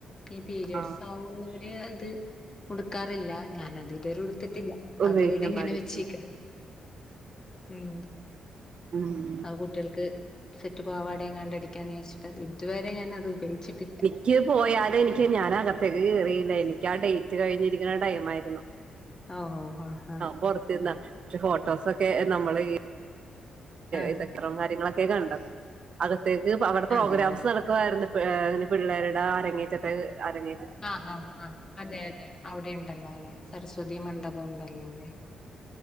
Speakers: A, on the left (about 35°); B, on the right (about 55°).
A: ഈ പീരിയഡ്സ്
B: ആ
A: ആവുന്നവര് അത് ഉടുക്കാറില്ല. ഞാനത് ഇതുവരെ ഉടുത്തിട്ടില്ല.
B: ഉപയോഗിക്കാൻ
A: അത് ഇവിടെ ഇങ്ങനെ
B: പാടില്ല
A: വെച്ചേക്ക ഉം
B: ഉം
A: അത് കുട്ട്യേൾക്ക് സെറ്റ് പാവാട എങ്ങാണ്ട് അടിക്കാന്നെ <unintelligible> ച്ചിട്ട് അത് ഇതുവരെ ഞാൻ അത് ഉപയോഗിച്ചിട്ടില്ല.
B: ക്ക് പോയാല് എനിക്ക് ഞാൻ അകത്തേക്ക് കേറിയില്ല. എനിക്ക് ആ ഡേയ്റ്റ് കഴിഞ്ഞിരിക്ക്ണെ ടൈം ആയിരുന്നു.
A: ആഹ് ഓ ഓ ആഹ്
B: പോറ്തിന്ന. പക്ഷെ ഫോട്ടോസൊക്കെ നമ്മള് ഈ
A: ആ ആ
B: ഇതക്ക്രം കാര്യങ്ങളൊക്കെ കണ്ടത്. അകത്തേക്ക് അവിടെ പ്രോഗ്രാംസ്
A: അതെല്ലേ
B: നട ക്കു ആയിര്ന്ന് പിള്ളേരുട അരങ്ങേറ്റത്തെ അരങ്ങേ
A: ആഹ് ആഹ് ആഹ് അതെ അതെ അവിടെണ്ടല്ലോ അല്ലെ സരസ്വതി മണ്ഡപം ഉണ്ടല്ലൊ ലെ.